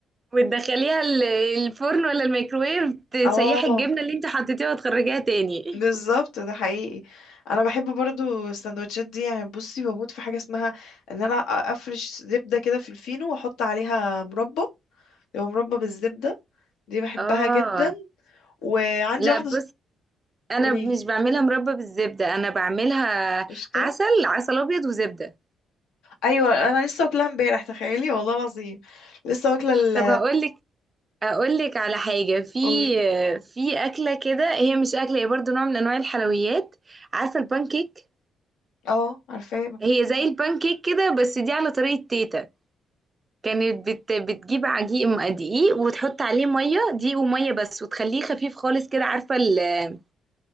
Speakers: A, on the right; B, on the left.
A: وتدخليها ال- الفرن ولا الميكروويف تسيحي
B: اه
A: الجبنة اللي انت حطيتيها وتخرجيها تاني
B: بالظبط ده حقيقي انا بحب برضو السندوتشات دي يعني بصي بموت في حاجه اسمها ان انا افرش زبده كده في الفينو واحط عليها مربى لو مربى بالزبده دي بحبها
A: اه
B: جدا وعندي
A: لا
B: واحده
A: بص
B: ص-
A: انا
B: قوليلي
A: مش بعملها مربى بالزبدة انا بعملها
B: قشطه
A: عسل عسل ابيض وزبدة
B: ايوه انا لسه واكلها امبارح تخيلي والله العظيم لسه واكله ال
A: طب هقول اقول لك على حاجه في
B: قولي
A: في اكله كده هي مش اكله هي برضو نوع من انواع الحلويات عارفه البانكيك
B: اه عارفاها
A: هي زي البانكيك كده بس دي على طريقه تيتا كانت بت بتجيب عجيق م- دقيق وتحط عليه ميه دقيق وميه بس وتخليه خفيف خالص كده عارفه ال-